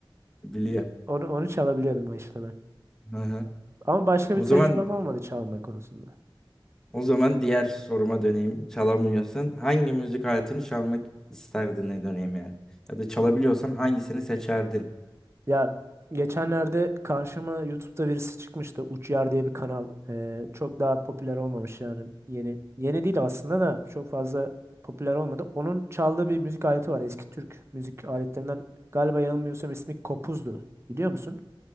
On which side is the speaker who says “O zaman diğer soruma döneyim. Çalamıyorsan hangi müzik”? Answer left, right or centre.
Centre